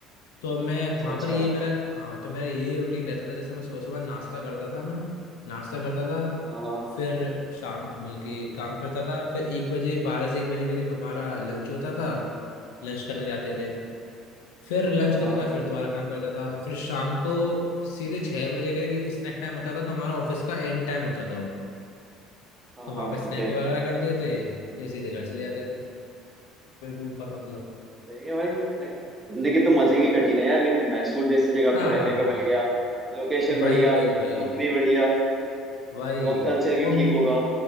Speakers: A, on the left (about 85°); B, on the right (about 15°).
A: तो अब मैं
B: अच्छा
A: वहां
B: अच्छा
A: पर ये मेरा हाँ तो मेरा ये रूटीन रहता था जैसे मैं सुबह सुबह नाश्ता करता था मैं नाश्ता करता था
B: हाँ हाँ
A: फिर शाम मतलब कि काम करता था फिर एक बजे बारह से एक बजे करीब हमारा लंच होता था लंच करने जाते थे फिर लंच
B: हाँ
A: करने
B: हाँ
A: के बाद फिर दोबारा काम करता था फिर शाम को सीधे छह बजे करीब स्नैक टाइम होता था तो हमारा ऑफिस का एंड टाइम होता था वो
B: हाँ
A: तो
B: हाँ
A: वहाँ पे
B: ठीक
A: स्नैक
B: है
A: वगैरह करते थे फिर सीधे घर चले जाते थे फिर रूम पर मतलब
B: सही है भाई लाइक जिंदगी तो मजे की कटी है यार लेकिन मैसूर जैसी जगह
A: हाँ
B: पर रहने
A: हाँ हाँ
B: को मिल गया लोकेशन बढ़िया
A: वही वही वही
B: कंपनी बढ़िया
A: वही
B: वर्क कल्चर भी
A: और
B: ठीक होगा